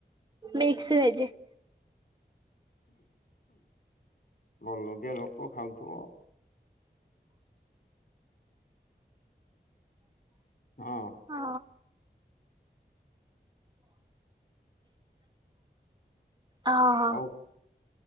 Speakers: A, on the right; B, on the left.
A: ମିକ୍ସ ଭେଜ।
B: ବଡଲୋକିଆ ଲୋକ ଖାଉଥୁ ଆଉ। ହଁ
A: ଓ। ଓଁ ହ।
B: ହଉ